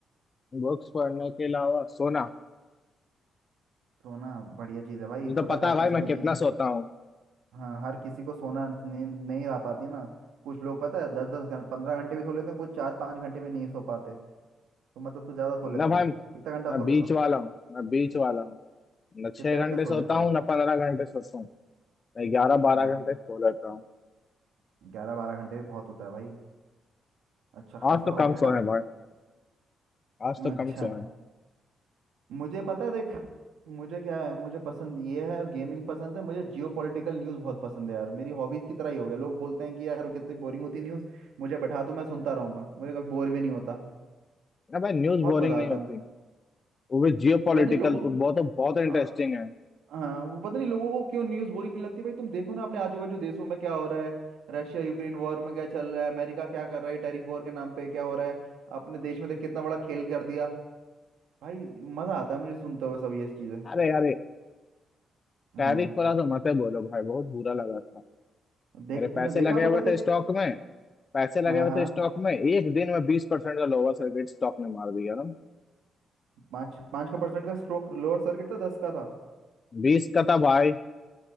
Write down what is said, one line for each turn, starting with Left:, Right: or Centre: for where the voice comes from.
Left: बुक्स पढ़ने के अलावा सोना
Right: सोना बढ़िया चीज़ है भाई
Left: तुझे तो
Right: पता
Left: पता
Right: है हर
Left: है
Right: किसी
Left: भाई मैं
Right: को
Left: कितना
Right: नींद
Left: सोता हूँ
Right: हाँ हर किसी को सोना नींद नहीं आ पाती है ना कुछ लोग पता है दस दस घंटे पंद्रह घंटे भी सो लेते हैं कुछ चार पाँच घंटे भी नहीं सो पाते तो मतलब तू ज़्यादा सो लेता
Left: ना भाई
Right: है कितना घंटा
Left: मैं
Right: सो
Left: बीच
Right: लेता हूँ
Left: वाला हूँ मैं बीच वाला हूँ न छह
Right: कितने घंटे
Left: घंटे
Right: सो
Left: सोता
Right: लेता
Left: हूँ
Right: है
Left: ना पंद्रह घंटे सोता हूँ मैं ग्यारह बारह
Right: हाँ
Left: घंटे सो लेता हूँ
Right: ग्यारह बारह घंटे भी बहुत होता है भाई अच्छा खासा
Left: आज तो
Right: हो
Left: कम
Right: गया
Left: सोए भाई आज
Right: <laughs>
Left: तो
Right: अच्छा
Left: कम सोए
Right: मुझे पता है देख मुझे क्या है मुझे पसंद ये है गेमिंग पसंद है मुझे जियो पॉलिटिकल न्यूज़ बहुत पसंद है यार मेरी हॉबीज़ की तरह ही हो गया लोग बोलते हैं कि यार कितनी बोरिंग होती न्यूज़ मुझे बैठा दो मैं सुनता रहूंगा मुझे कभी बोर भी नहीं होता
Left: अरे भाई न्यूज
Right: बहुत
Left: बोरिंग
Right: मज़ा
Left: नहीं
Right: आता
Left: होती
Right: है
Left: वो भी जियो पॉलिटिकल
Right: पता नहीं लोगों
Left: तो
Right: को
Left: बहुत बहुत इंटरेस्टिंग
Right: अ,
Left: है
Right: हाँ वो पता नहीं लोगों को क्यों न्यूज़ बोरिंग लगती है भाई तुम देखो ना अपने आजू बाजू देशों में क्या हो रहा है रशिया यूक्रेन वॉर में क्या चल रहा है अमेरिका क्या कर रहा है टैरिफ वॉर के नाम पे क्या हो रहा है अपने देश में देख कितना बड़ा खेल कर दिया भाई मज़ा आता है मुझे सुनते हुए सब ये चीज़ें
Left: अरे अरे
Right: हाँ
Left: टैरिफ वाला तो मत ही बोलो भाई बहुत बुरा लगा था
Right: देख
Left: मेरे
Right: तुमने
Left: पैसे
Right: देखा
Left: लगे हुए
Right: पता
Left: थे
Right: देख
Left: स्टॉक में पैसे लगे
Right: हाँ
Left: हुए
Right: हाँ
Left: थे स्टॉक में एक दिन में बीस परसेंट का लोअर सर्किट स्टॉक ने मार दिया ना
Right: पाँच पाँच का परसेंट का स्ट्रोक लोअर सर्किट था दस का था
Left: बीस का था भाई